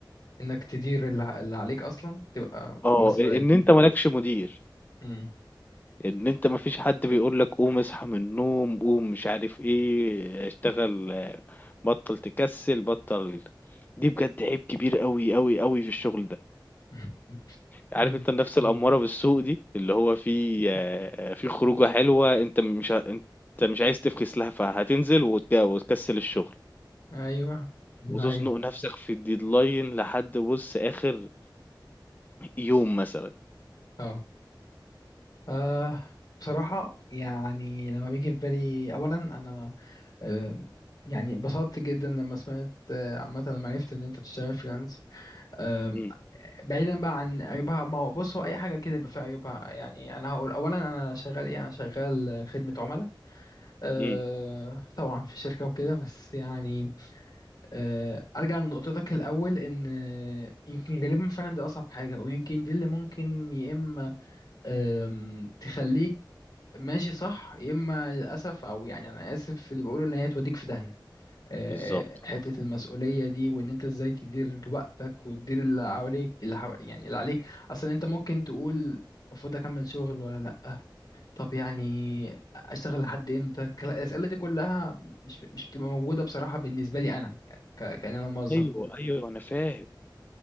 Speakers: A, on the left; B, on the left.
A: انك تدير اللي ع- اللي عليك اصلا تبقى
B: آه،
A: مسؤولية
B: إ إن أنت ما آه. لكش مدير.
A: مم.
B: إن أنت ما فيش حد بيقول لك قوم اصحى من النوم، قوم مش عارف إيه، اشتغل آه، بطّل تكسّل، بطّل دي بجد عيب كبير أوي، أوي، أوي في الشغل ده.
A: <laughs>
B: عارف
A: ايوه
B: أنت النَفْس إمم. الأمّارة بالسوء دي، اللي هو في آه، في خروجة حلوة أنت مش ه أنت مش عايز تفكس لها، فهتنزل وت وتكسّل الشغل،
A: ايوه ايوه
B: إمم. وتزنُق نَفْسك في الdeadline لحد بُص آخر يوم مثلًا.
A: اه أه بصراحة يعني لما بيجي في بالي أولا أنا أه يعني اتبسطت جدا لما سمعت آه، عامة لما عرفت إن أنت بتشتغل فريلانس أه
B: إمم،
A: بعيدا بقى عن عيوبها ما هو بص هو أي حاجة كده يبقى فيها عيوبها يعني أنا هقول أولا أنا شغال إيه أنا شغال آه، خدمة عملاء أه
B: إمم،
A: طبعا في شركة وكده بس يعني أه أرجع لنقطتك الأول إن آه، يمكن غالبا فعلا دي أصعب حاجة ويمكن دي اللي ممكن يا إما آم، تخليك ماشي صح يا اما للاسف او يعني انا اسف في اللي بقوله ان هي توديك في داهيه آه،
B: بالضبط.
A: آه، حته المسؤوليه دي وان انت ازاي تدير وقتك وتدير اللي حواليك اللي حو... يعني اللي عليك اصلا انت ممكن تقول المفروض اكمل شغل ولا لا طب يعني اشتغل لحد امتى كلا- الاسئله دي كلها مش مش بتبقى موجوده بصراحه بالنسبه لي انا يعني ك... كان انا موظف
B: أيوه، أيوه، أنا فاهم.